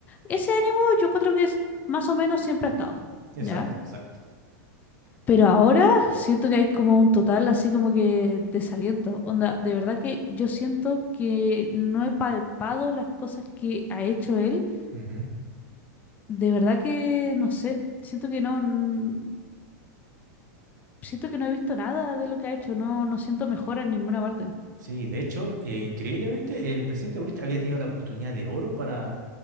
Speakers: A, on the left (about 15°); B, on the right (about 85°).
A: Ese ánimo yo encuentro que es más o menos siempre ha estado,
B: Exacto,
A: ¿ya?
B: exacto.
A: Pero ahora siento que hay como un total así como que desaliento. Onda, de verdad que yo siento que no he palpado las cosas que ha hecho él.
B: ujú.
A: De verdad que no sé. Siento que no, n- siento que no he visto nada de lo que ha hecho. No, no siento mejora en ninguna parte.
B: Sí, de hecho, eh, increíblemente, el presidente Boric había tenido la oportunidad de oro para